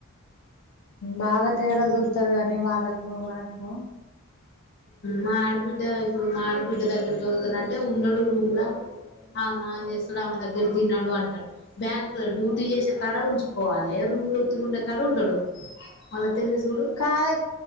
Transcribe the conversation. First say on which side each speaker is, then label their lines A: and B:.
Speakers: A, on the left; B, on the left.
A: బాగా తేడా చూస్తారు కానీ వాళ్ళకు మనకు
B: మా ఆడబిడ్డ ఇప్పుడు మా ఆడబిడ్డ దగ్గర చదురుతున్నాంటే ఉండడు రూమ్ లో ఆ మాం చేస్తాడు ఆమెన దగ్గర తిన్నాడు అంటాడు బ్యాంక్ లో డ్యూటీ చేసే కాడ ఉంచుకోవాలి రూమ్ లో తి ఉండే కాడ ఉండడు తెలివి చూడు
A: కాదే